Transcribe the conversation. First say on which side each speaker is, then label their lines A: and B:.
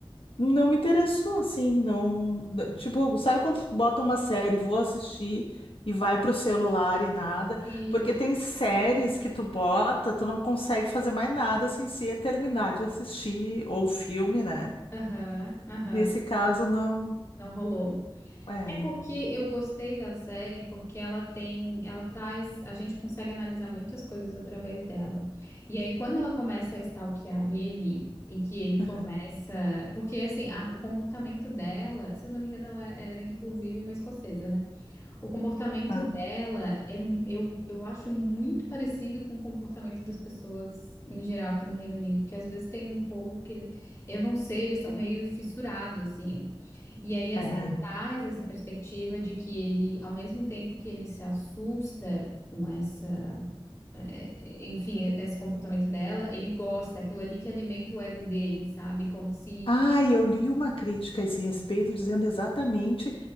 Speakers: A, on the left; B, on the left.
A: Não me interessou, assim, não. n- Tipo, sabe quando bota uma série, vou assistir e vai pro celular e nada?
B: Sim.
A: Porque tem séries que tu bota, tu não consegue fazer mais nada sem ser terminar de assistir, ou filme, né?
B: Aham, aham,
A: Nesse caso, não.
B: não rolou.
A: É.
B: É porque eu gostei da série porque ela tem, ela traz, a gente consegue analisar muitas coisas através dela. E aí quando ela começa a stalkear ele e que ele
A: aham,
B: começa, porque assim, a- o comportamento dela, se eu não me engano, ela era inclusive uma escocesa, né? O comportamento
A: Ah,
B: dela é, mu- eu, eu acho muito parecido com o comportamento das pessoas em geral aqui no Reino Unido, porque às vezes tem um povo que ele, eu não sei, eles são meio fissurados assim. E aí a
A: é.
B: série traz essa perspectiva de que ele, ao mesmo tempo que ele se assusta com essa, eh, enfim, esse comportamento dela, ele gosta, aquilo ali que alimenta o ego dele, sabe? Como se,
A: Ah, eu li uma crítica a esse respeito dizendo exatamente